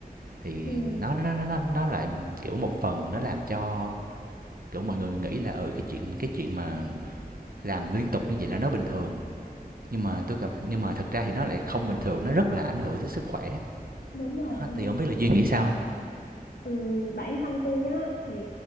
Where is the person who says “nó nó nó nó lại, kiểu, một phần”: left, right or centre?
Right